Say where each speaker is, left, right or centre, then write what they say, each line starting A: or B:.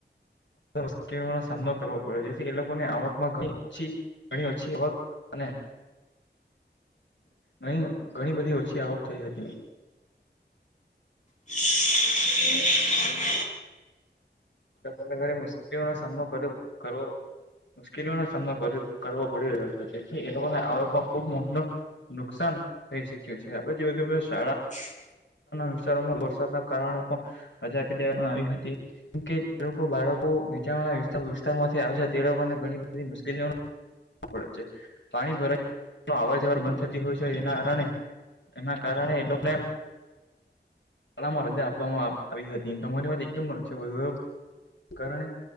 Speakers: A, on the left (about 85°); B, on the left (about 40°).
A: મુશ્કેલીનો સામનો કરવો પડ છે એ લોકોને આવક ઘણી ઓછી ઘણી ઓછી આવક અને ઘણી ઘણી બધી ઓછી આવક થઈ હતી.
B: એ <unintelligible>
A: તમે ઘરે મુશ્કેલીનો સામનો કર્યો કરવો મુશ્કેલીઓ નો સામનો કરવો પડી રહ્યો છે તેથી એ લોકોને આવક ખુબ મોટો નુકસાન થઈ શક્યું છે આપડે જો શાળા
B: હ <unintelligible>
A: વિસ્તારોમાં વરસાદના કારણે પણ રજા આપી દેવામાં આવી હતી કે જે લોકો બાળકો નીચાણવાળા વિસ્તાર માંથી આવે છે તે લોકોને ઘણી બધી મુશ્કેલીઓ છે <unintelligible> પાણી ભરાય અવર જવર બંધ થતી હોય છે જેના કારણે એના કારણે એ લોકોને શાળામાં રજા આપવામાં આવી હતી તમારી વાત એકદમ બરાબર છે કારણે-